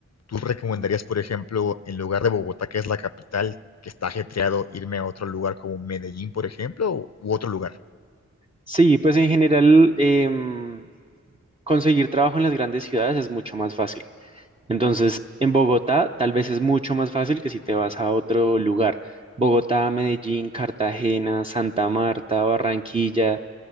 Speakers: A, on the left; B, on the right.
A: ¿Tú recomendarías, por ejemplo, en lugar de Bogotá, que es la capital, que está ajetreado, irme a otro lugar como Medellín, por ejemplo, u otro lugar?
B: sí, pues en general em, conseguir trabajo en las grandes ciudades es mucho más fácil. Entonces, en Bogotá tal vez es mucho más fácil que si te vas a otro lugar. Bogotá, Medellín, Cartagena, Santa Marta, Barranquilla,